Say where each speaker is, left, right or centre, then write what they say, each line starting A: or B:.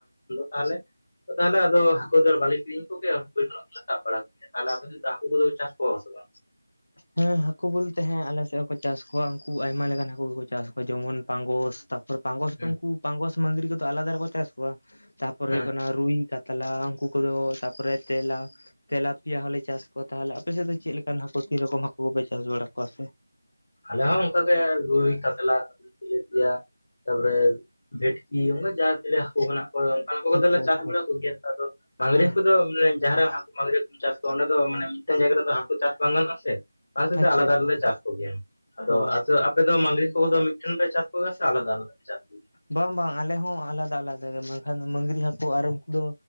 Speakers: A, on the left; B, on the left.
A: ᱛᱟᱦᱚᱞᱮ ᱛᱟᱦᱚᱞᱮ ᱟᱫᱚ ᱦᱟᱹᱠᱳ ᱫᱚ ᱵᱟᱞᱮ ᱠᱤᱨᱤᱧ ᱠᱚᱜᱮ <unintelligible> ᱠᱷᱚᱱᱟᱜᱞᱮ ᱥᱟᱵ ᱵᱟᱲᱟ ᱛᱟᱦᱞᱮ ᱟᱯᱮ <unintelligible> ᱪᱟᱥ ᱠᱚᱣᱟ ᱥᱮ ᱵᱟᱝ?
B: ᱦᱮᱸ ᱦᱟᱹᱠᱩ ᱵᱚᱞᱛᱮ ᱦᱮᱸ ᱟᱞᱮᱥᱮᱫ ᱦᱚᱸᱠᱚ ᱪᱟᱥ ᱠᱚᱣᱟ ᱩᱱᱠᱩ ᱟᱭᱢᱟ ᱞᱮᱠᱟᱱ ᱦᱟᱠᱩ ᱜᱮᱠᱚ ᱪᱟᱥ ᱠᱚᱣᱟ ᱡᱮᱢᱚᱱ ᱯᱟᱝᱜᱚᱥ ᱛᱟᱯᱚᱨ ᱯᱟᱸᱜᱚᱥ ᱫᱚ
A: ᱦᱮᱸ
B: ᱩᱱᱠᱩ ᱯᱟᱜᱚᱸᱥ ᱢᱟᱝᱨᱤ ᱠᱚᱫᱚ ᱟᱞᱟᱫᱟ ᱨᱮᱠᱚ ᱪᱟᱥ ᱠᱚᱣᱟ ᱛᱟᱯᱚᱨ ᱦᱩᱭᱩᱜ
A: ᱦᱮᱸ
B: ᱠᱟᱱᱟ ᱨᱩᱭ ᱠᱟᱛᱞᱟ ᱩᱱᱠᱩ ᱠᱚᱫᱚ ᱛᱟᱨᱯᱚᱨᱮ ᱛᱮᱞᱟ ᱛᱮᱞᱟ ᱯᱤᱭᱟ ᱦᱚᱸᱞᱮ ᱪᱟᱥ ᱠᱚᱣᱟ᱾ ᱛᱟᱦᱚᱞᱮ ᱟᱯᱮ ᱥᱮᱫ ᱫᱚ ᱪᱮᱫ ᱞᱤᱠᱟᱱ ᱦᱟᱹᱠᱩ ᱛᱤ ᱨᱚᱠᱚᱢ ᱦᱟᱹᱠᱩ ᱜᱮᱯᱮ ᱪᱟᱥ ᱵᱟᱲᱟ ᱠᱚᱣᱟ ᱥᱮ?
A: ᱟᱞᱮ ᱦᱚᱸ ᱚᱱᱠᱟᱜᱮ ᱨᱩᱭ ᱠᱟᱛᱞᱟᱞᱟ <unintelligible> ᱛᱮᱞᱮᱯᱮᱭᱟ, ᱛᱟᱯᱚᱨᱮ ᱵᱷᱮᱴᱠᱤ ᱚᱱᱠᱟ ᱡᱟ <unintelligible> ᱦᱟᱹᱠᱩ ᱢᱮᱱᱟᱜ ᱦᱳᱭ ᱚᱱᱠᱟᱱ ᱠᱚᱫᱚ
B: ᱟᱪᱪᱷᱟ
A: ᱫᱮ ᱪᱟᱥ
B: ᱟᱪᱪᱷᱟ
A: ᱵᱟᱲᱟ ᱠᱩ ᱜᱮᱭᱟ‌ ᱟᱫᱚ ᱢᱟᱜᱽᱨᱤ
B: ᱦᱮᱸ
A: ᱦᱟᱠᱩ ᱠᱚᱫᱚ ᱡᱟᱦᱟᱸᱨᱮ ᱦᱟᱹᱠᱩ ᱢᱟᱹᱜᱽᱨᱤ ᱠᱚᱢ ᱪᱟᱥ ᱠᱚᱣᱟ ᱚᱸᱰᱮ ᱫᱚ ᱢᱟᱱᱮ ᱢᱮᱫᱴᱮᱱ ᱡᱟᱭᱜᱟ ᱨᱮᱫᱚ ᱦᱟᱹᱠᱳ ᱪᱟᱥ ᱵᱟᱝ ᱜᱟᱱᱚᱜᱼᱟ ᱥᱮ ᱚᱱᱟ ᱟᱞᱟᱫᱟ
B: ᱟᱪᱪᱷᱟ ᱟᱪᱪᱷᱟ
A: ᱞᱮ ᱪᱟᱥ ᱠᱚᱜᱮᱭᱟ ᱟᱫᱚ
B: ᱚ
A: ᱟᱯᱮ ᱫᱚ ᱢᱟᱹᱜᱽᱨᱤ ᱠᱚᱫᱚ ᱢᱤᱫᱴᱷᱮᱱ ᱯᱮ ᱪᱟᱥ ᱠᱚᱜᱮ ᱥᱮ ᱟᱞᱟᱫᱟ ᱟᱞᱟᱫᱟ? <unintelligible>
B: ᱵᱟᱝ ᱵᱟᱝ ᱟᱞᱮ ᱦᱚᱸ ᱟᱞᱟᱫᱟ ᱟᱞᱟᱫᱟ ᱜᱮ ᱵᱟᱝᱠᱷᱟᱱ ᱢᱟᱹᱝᱨᱤ ᱦᱟ <unintelligible> ᱟᱨ ᱩᱱᱠᱩ ᱫᱚ